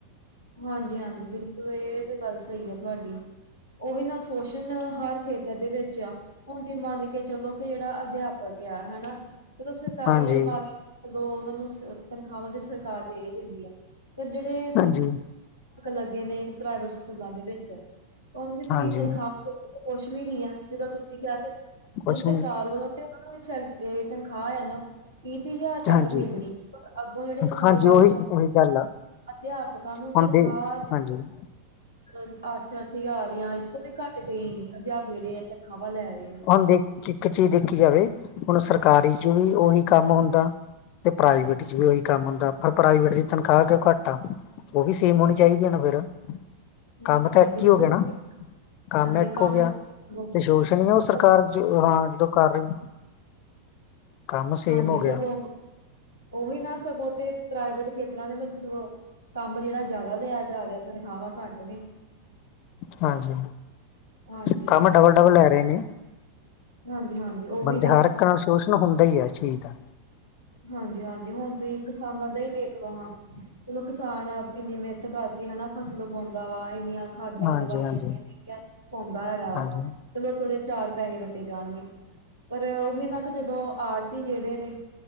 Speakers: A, on the right; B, on the left.
A: ਹਾਂਜੀ ਹਾਂਜੀ, ਬਿਲਕੁਲ ਇਹ ਤੇ ਗੱਲ ਸਹੀ ਆ ਤੁਹਾਡੀ। ਉਹੀ ਨਾ ਸ਼ੋਸ਼ਣ ਹਰ ਖੇਤਰ ਦੇ ਵਿੱਚ ਆ। ਹੁਣ ਤੇ ਮੰਨ ਕੇ ਚਲੋ ਕਿ ਜਿਹੜਾ ਅਧਿਆਪਕ ਆ ਹਨਾ ਚਲੋ ਸਰਕਾਰੀ
B: ਹਾਂਜੀ
A: ਵਾਲ ਜਦੋਂ ਉਹਨਾਂ ਨੂੰ ਤਨਖਾਹਾਂ ਤੇ ਸਰਕਾਰ ਦੇ ਈ ਦਿੰਦੀ ਆ ਤੇ ਜਿਹੜੇ
B: ਹਾਂਜੀ
A: ਲੱਗੇ ਨੇ ਪ੍ਰਾਈਵੇਟ ਸਕੂਲਾਂ ਦੇ ਵਿੱਚ ਉਹਨਾਂ ਦੀ
B: ਹਾਂਜੀ
A: ਤੁਸੀਂ ਤਨਖਾਹ ਕੁਛ ਵੀ ਨੀ ਆ ਜਿੱਦੋਂ ਤੁਸੀਂ ਕਿਹਾ ਕੇ ਜਿਹੜੀ
B: ਕੁਛ
A: ਸਰਕਾਰ
B: ਨੀ
A: ਵੱਲੋਂ <unintelligible> ਤਨਖਾਹ ਆ ਨਾ। ਤੀਹ ਤੀਹ ਹਜ਼ਾਰ ਤੱਕ
B: ਹਾਂਜੀ
A: ਮਿਲ ਰਹੀ ਪਰ ਅੱਗੋਂ ਜਿਹੜੇ ਸਕੂਲ
B: ਹਾਂਜੀ
A: ਵਾਲੇ
B: ਉਹੀ
A: ਆ
B: ਉਹੀ ਗੱਲ ਆ
A: ਅਧਿਆਪਕ ਨੂੰ
B: ਹੁਣ
A: ਤਨਖਾਹ
B: ਦੇ
A: <unintelligible>
B: ਹਾਂਜੀ
A: ਅੱਠ ਅੱਠ ਹਜ਼ਾਰ ਜਾਂ ਇਸ ਤੋਂ ਵੀ ਘੱਟ ਕਈ ਅਧਿਆਪਕ ਜਿਹੜੇ ਤਨਖਾਹਾਂ ਲੈ ਰਹੇ ਨੇ।
B: ਹੁਣ ਇੱਕ ਚੀਜ਼ ਦੇਖੀ ਜਾਵੇ ਹੁਣ ਸਰਕਾਰੀ ਚ ਵੀ ਉਹੀ ਕੰਮ ਹੁੰਦਾ। ਤੇ ਪ੍ਰਾਈਵੇਟ ਚ ਵੀ ਉਹੀ ਕੰਮ ਹੁੰਦਾ ਪਰ ਪ੍ਰਾਈਵੇਟ ਚ ਤਨਖਾਹ ਕਿਉਂ ਘੱਟ ਆ। ਉਹ ਵੀ ਸੇਮ ਹੋਣੀ ਚਾਹੀਦੀ ਆ ਨਾ ਫੇਰ ਕੰਮ
A: ਹਾਂਜੀ
B: ਤਾਂ ਇੱਕ
A: ਬਿਲਕੁਲ
B: ਹੀ ਹੋ ਗਿਆ ਨਾ ਕੰਮ
A: ਹਾਂਜੀ
B: ਇੱਕ ਹੋ ਗਿਆ
A: ਤੇ ਸਗੋਂ
B: ਤੇ ਸ਼ੋਸ਼ਣ <unintelligible> ਸਰਕਾਰ
A: ਸਗੋਂ
B: ਜੋ ਹਾਂ ਜੋ ਕਰ ਰਹੀ। ਕੰਮ ਸੇਮ
A: ਹਾਂਜੀ,
B: ਹੋ
A: ਸਗੋਂ
B: ਗਿਆ
A: ਉਹੀ ਨਾ ਸਗੋਂ ਤੇ ਪ੍ਰਾਈਵੇਟ ਖੇਤਰਾਂ ਦੇ ਵਿੱਚ ਸਗੋਂ। ਕੰਮ ਜਿਹੜਾ ਜ਼ਿਆਦਾ ਲਿਆ ਜਾ ਰਿਹਾ ਤਨਖਾਹਾਂ ਘੱਟ ਨੇ।
B: ਹਾਂਜੀ,
A: ਹਾਂਜੀ
B: ਕੰਮ ਡਬਲ ਡਬਲ ਲੈ ਰਹੇ ਨੇ
A: ਹਾਂਜੀ ਹਾਂਜੀ ਉਹੀ
B: ਬੰਦੇ
A: ਨਾ
B: ਹਰ ਸ਼ੋਸ਼ਣ ਹੁੰਦਾ ਹੀ ਆ ਚੀਜ਼ ਦਾ।
A: ਹਾਂਜੀ ਹਾਂਜੀ, ਹੁਣ ਤੁਸੀਂ ਕਿਸਾਨਾਂ ਦਾ ਹੀ ਵੇਖ ਲੋ ਹਾਂ। ਚਲੋ ਕਿਸਾਨ ਇੰਨੀ ਮਿਹਨਤ ਕਰਕੇ ਹਨਾ ਫਸਲ ਉਗਾਉਂਦਾ ਵਾ ਇੰਨੀਆਂ। ਖਾਦਾਂ,
B: ਹਾਂਜੀ
A: ਦਵਾਈਆਂ
B: ਹਾਂਜੀ
A: ਇੰਨੀਆਂ ਮਹਿੰਗੀਆਂ ਪਾਉਂਦਾ ਹੈਗਾ ਵਾ।
B: ਹਾਂਜੀ
A: ਚਲੋ ਥੋੜੇ ਚਾਰ ਪੈਸੇ ਵੱਟੇ ਜਾਣਗੇ ਪਰ ਉਹੀ ਨਾ ਕੁ ਜਦੋਂ ਆੜਤੀ ਜਿਹੜੇ ਨੇ